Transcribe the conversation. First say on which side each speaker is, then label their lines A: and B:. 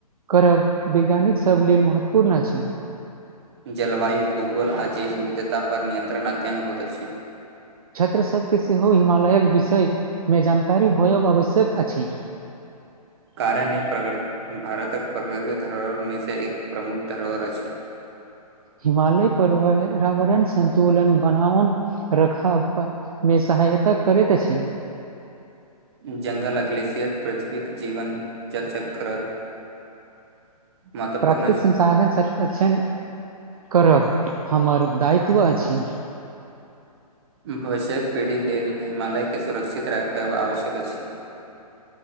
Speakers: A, on the right; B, on the right.
A: करब वैज्ञानिक सब लेल महत्वपूर्ण अछि।
B: जलवायु भूगोल आ जेैव विविधता पर नियंत्रण अध्ययन होत अछि।
A: छात्र सबके सेहो हिमालयक विषयमे जानकारी होयब आवश्यक अछि।
B: कारण ई प्रग भारतक प्रगृति धरोहर मे से एक प्रमुख धरोहर अछि।
A: हिमालय पर्यावरण संतुलन बनाओन रखब मे सहायता करैत अछि।
B: जंगल ग्लेशियर पृथ्वीक जीवन जल चक्र महत्वपूर्ण
A: प्राकृतिक
B: अछि
A: संसाधन संरक्षण करब हमर दायित्व अछि।
B: भविष्यक पीढ़ी लेल हिमालयके सुरक्षित राखब आवश्यक अछि।